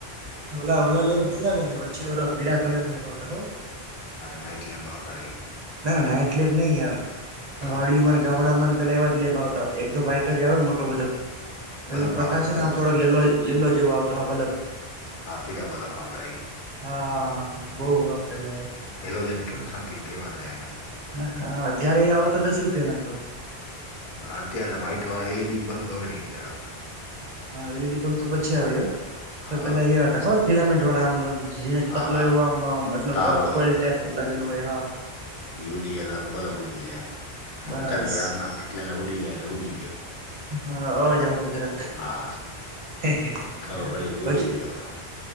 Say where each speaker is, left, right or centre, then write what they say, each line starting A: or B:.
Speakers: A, on the right; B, on the left.
A: ઓલા ઓલા લેમ્પ જોયા છે પીડા કલર ના આવતા ખબર.
B: નાઈટ લેમ્પ આવતા ઈ.
A: ના ના નાઈટ લેમ્પ નહીં યાર.
B: તો
A: વાડીમા ને ગામડામાં ને પેલા એવા જ લેમ્પ આવતા એકદમ વાઈટ જ આવે મોટો બધો.
B: બલ્બ
A: એનો પ્રકાશ
B: આવતા
A: છે
B: બલ્બ
A: ને આમ થોડોક યલો યલો જેવો આવતો હા બલબ.
B: હા પીળા બલ્બ આવતા
A: હા હા હા બહુ વાપરેલા એ.
B: હેલો જન ક્યો સમથિંગ કવાતતા એને.
A: ા ત્યારે આવો તો દસ રૂપિયાના જ પણ.
B: અત્યારે વ્હાઈટ વાળ એલઈડી બલ્બ હવે નીકળે હવે.
A: હા એલઈડી બલ્બ તો પછી આવ. તો
B: હા
A: પેલા એ હતા ખબર પિલામેન્ટ વાળા
B: હા
A: પતલો એવ મતલબ
B: તાર હોય
A: કોલપ
B: અંદર
A: ટેપ. લગલુંય હા.
B: એ ઉડી ગયા તો કે બલ્બ ઉૂડી ગયા એમ,
A: બસ
B: અચાનક રાતના ફટલે ઉડી ગયા એલાલે ઉડી ગયો.
A: હા અવાજ આવતો જરાક.
B: હા
A: હ
B: એટલે ખબર પડે કે
A: પછી
B: ઉડી ગયો હવે